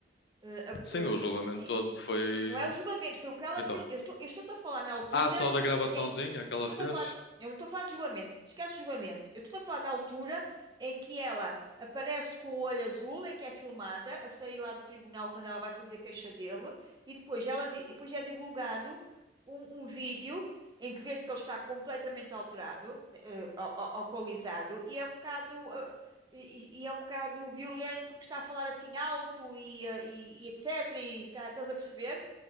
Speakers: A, on the right; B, on the left.
A: eh, a-
B: Sim, o julgamento
A: eh, em-
B: todo foi.
A: Não é o julgamento, foi o que ela.
B: Então.
A: fil- Eu estou, eu estou-te a falar na altura
B: Ah, só da
A: em
B: gravaçãozinha
A: que. em-
B: que
A: eu
B: ela
A: estou-te
B: fez?
A: a falar. Eu não estou a falar de julgamento, esquece o julgamento. Eu estou a falar da altura em que ela aparece com o olho azul, em que é filmada, a sair lá do tribunal quando ela vai fazer queixa dele, e depois, ela, di- depois é divulgado um, um vídeo em que vê-se que ele está completamente alterado, eh, al- al- alcoolizado, e é um bocado. eh, e, e- e é um bocado violento porque está a falar assim alto e, eh, e- e etc. E tá- estás a perceber?